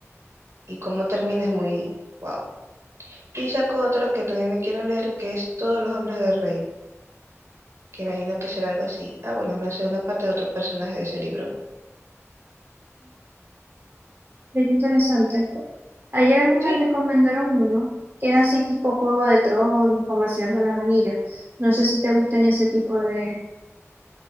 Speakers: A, on the right; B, on the right.
A: Y cómo termina es muy wow. Y saco otro que también me quiero leer, que es Todos los hombres del rey, que imagino que será algo así. Ah, bueno, una segunda parte de otro personaje de ese libro.
B: Bien interesante. Ayer a mí me
A: Sí,
B: recomendaron uno que es así tipo Juego de Tronos, como El Señor de los Anillos. No sé si te gustan ese tipo de,